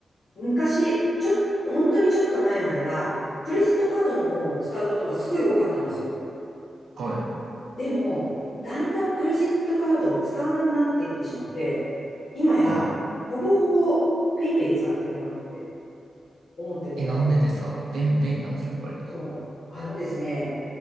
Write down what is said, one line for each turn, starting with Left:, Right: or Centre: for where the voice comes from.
Left: 昔、ちょっ、本当にちょっと前までは、クレジットカードの方を使うことがすごい多かったんですよ。
Right: はい。
Left: でも、だんだんクレジットカードを使わなくなっていってしまって、今や、
Right: はい。
Left: ほぼほぼペイペイ使ってるなって思ってて、
Right: え、なんでですか便、便利なんですかやっぱり。
Left: そう。あのですね、